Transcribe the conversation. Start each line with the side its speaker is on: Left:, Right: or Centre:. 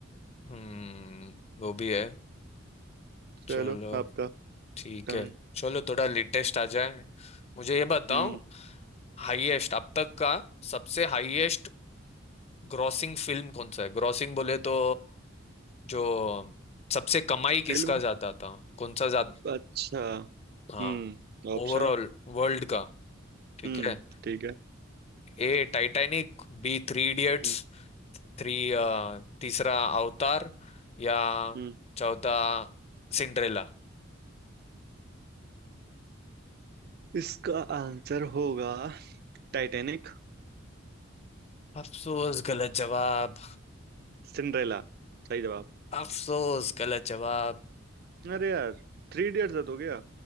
Left: हम्म वो भी है
Right: चलो
Left: चलो
Right: आपका
Left: ठीक
Right: टर्न
Left: है चलो थोड़ा लेटेस्ट आ जाए मुझे ये बताओ
Right: हम्म
Left: हाईएस्ट अब तक का सबसे हाईएस्ट ग्रॉसिंग फिल्म कौन सा है ग्रॉसिंग बोले तो जो सबसे कमाई किसका
Right: फिल्म
Left: ज्यादा था कौन सा ज्यादा
Right: अच्छा
Left: हाँ
Right: हम्म ऑप्शन
Left: ओवरऑल वर्ल्ड का ठीक
Right: हम्म
Left: है
Right: ठीक है
Left: A Titanic B three idiots
Right: हम्म
Left: three अ, तीसरा अवतार या
Right: हम्म
Left: चौथा सिंड्रेला
Right: इसका आंसर होगा टाइटैनिक
Left: अफसोस गलत जवाब
Right: सिंड्रेला सही जवाब
Left: अफसोस गलत जवाब
Right: अरे यार थ्री इडियट्स है तो क्या